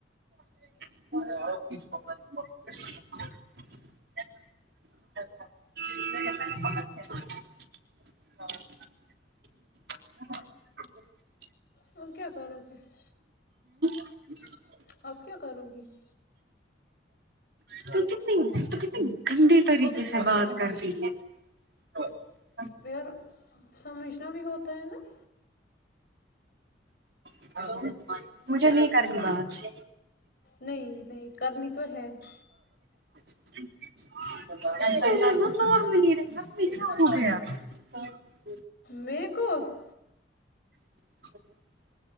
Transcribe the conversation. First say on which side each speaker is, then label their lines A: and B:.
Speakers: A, on the right (about 60°); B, on the left (about 55°).
A: <inaudible>
B: اور کیا کیا کر <inaudible>
A: <inaudible>
B: اپ کیا کرو گی <inaudible>
A: تو کتنی تو کتنی گندے طریقے سے بات کر رہی ہے <inaudible>
B: یار سمجھنا بھی ہوتا ہے نا <inaudible>
A: <inaudible> مجھے نہیں کرنی بات <inaudible>
B: نہیں نہیں کرنی تو ہے <inaudible>
A: <inaudible>
B: میرے کو <inaudible>
A: <inaudible>